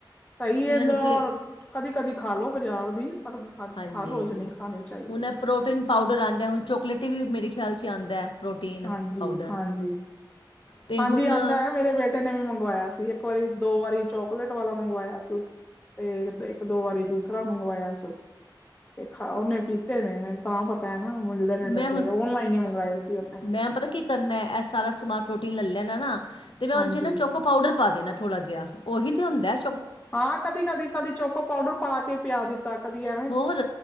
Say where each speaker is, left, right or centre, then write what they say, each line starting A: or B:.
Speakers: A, on the left; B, on the left.
A: ਸਹੀ
B: ਇਹਨਾਂ
A: ਇਹ
B: ਨੂੰ
A: ਨਾ
B: ਫਲੇ
A: ਕਦੀ- ਕਦੀ ਖਾ ਲੋ ਬਾਜ਼ਾਰ ਦੀ ਪਰ
B: ਹਾਂਜੀ
A: ਹਰ ਰੋਜ਼ ਨਹੀਂ ਖਾਣੀ ਚਾਹੀਦੀ
B: ਹੁਣ ਏ ਪ੍ਰੋਟੀਨ ਪਾਊਡਰ ਆਉਂਦੇ ਹੁਣ ਚੋਕਲੇਟ ਹੀ ਵੀ ਮੇਰੇ ਖਿਆਲ 'ਚ ਆਉਂਦਾ। ਪ੍ਰੋਟੀਨ
A: ਹਾਂਜੀ
B: ਪਾਊਡਰ
A: ਹਾਂਜੀ
B: ਅਤੇ
A: ਹਾਂਜੀ
B: ਹੁਣ
A: ਆਉਂਦਾ ਹੈ, ਮੇਰੇ ਬੇਟੇ ਨੇ ਵੀ ਮੰਗਵਾਇਆ ਸੀ, ਇੱਕ ਵਾਰੀ ਦੋ ਵਾਰੀ ਚੋਕਲੇਟ ਵਾਲਾ ਮੰਗਵਾਇਆ ਸੀ। ਤੇ ਇੱਕ ਦੋ ਵਾਰੀ ਦੂਸਰਾ ਮੰਗਵਾਇਆ ਸੀ। ਤੇ ਖਾ ਉਹਨੇ ਪੀਤੇ ਨੇ, ਮੈਨੂੰ ਤਾਂ ਪਤਾ ਹੈ ਨਾ, ਮਿਲਦੇ ਨੇ
B: ਮੈਂ
A: ਡੱਬੇ
B: ਹੁਣ
A: ਓਨਲਾਈਨ ਹੀ ਮੰਗਵਾਏ ਸੀ ਉਹਨੇ
B: ਮੈਂ ਪਤਾ ਕੀ ਕਰਨਾ ਮੈਂ ਸਾਰਾ ਸਮਾਨ ਪ੍ਰੋਟੀਨ ਲੈ ਲੈਣਾ ਨਾ ਤੇ ਮੈਂ
A: ਹਾਂਜੀ
B: ਉਹਦੇ ਚ ਨਾ ਚੋਕ ਉਪਰ ਪਾਊਡਰ ਪਾ ਦੇਣਾ ਥੋੜਾ ਜਿਹਾ ਉਹੀ ਤੇ ਹੁੰਦੇ ਏ
A: ਹਾਂ ਕਦੀ, ਕਦੀ, ਕਦੀ ਚੋਕੋ ਪਾਊਡਰ ਪਾ ਕੇ ਪਿਆ ਦਿੱਤਾ। ਕਦੀ ਇਹ
B: ਹੋਰ